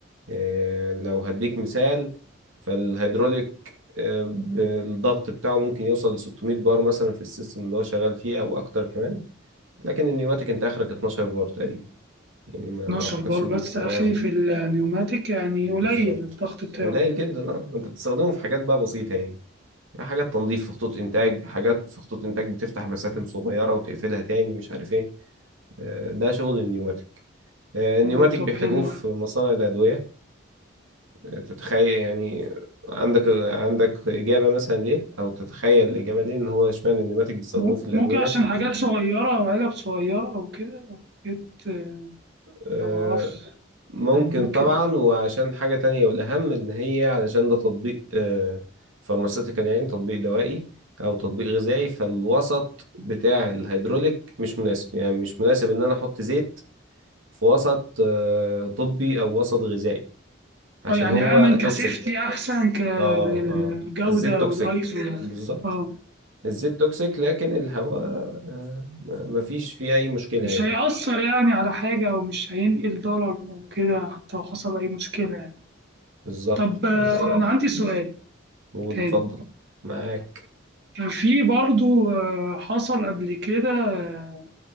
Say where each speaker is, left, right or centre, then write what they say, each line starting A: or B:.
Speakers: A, on the right; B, on the right.
A: آه، لو هديك مثال فالهيدروليك آه، الضغط بتاعه ممكن يوصل ل 600 بار مثلا في السيستم اللي هو شغال فيه او اكتر كمان لكن النيوماتيك انت اخرك 12 بار تقريبا يعني ما,
B: 12
A: ما اعتقدش
B: بار
A: ان
B: بس
A: في
B: اخري
A: اه
B: في النيوماتيك يعني
A: بالظبط
B: قليل الضغط بتاعه
A: قليل جدا اه ما انت بتستخدمه في حاجات بقى بسيطة يعني حاجات تنظيف في خطوط انتاج حاجات في خطوط انتاج بتفتح بساتم صغيرة وتقفلها تاني مش عارف ايه آه، ده شغل النيوماتيك آه، النيوماتيك
B: اه طب
A: بيحتاجوه
B: حلو
A: في مصانع الادوية تتخيل يعني عندك عندك إجابة مثلا ليه أو تتخيل الإجابة ليه إن هو اشمعنى النباتك بيستخدموه
B: م-
A: في الأدوية
B: ممكن عشان حاجات صغيرة او علب صغيرة او كده أو حاجات آه،
A: آه،
B: أنا ما اعرفش
A: ممكن
B: يعني ممكن
A: طبعا وعشان حاجة تانية والأهم إن هي علشان ده تطبيق فارماسيتيكال يعني تطبيق دوائي أو تطبيق غذائي فالوسط بتاع الهيدروليك مش مناسب يعني مش مناسب إن أنا أحط زيت في وسط آه، طبي أو وسط غذائي عشان
B: اه يعني
A: هو
B: امن كسيفتي
A: توكسيك
B: احسن ك
A: اه
B: للجودة
A: اه الزيت توكسيك
B: والايزو يعني
A: بالظبط
B: اه
A: الزيت توكسيك لكن الهواء آه، ما- مفيش فيه أي مشكلة
B: مش
A: يعني
B: هيأثر يعني على حاجة أو مش هينقل ضرر أو كده حتى لو حصل أي مشكلة يعني.
A: بالظبط
B: طب آه،
A: بالظبط
B: أنا عندي سؤال
A: قول
B: تاني
A: اتفضل معاك
B: في برضو آه، حصل قبل كده آه،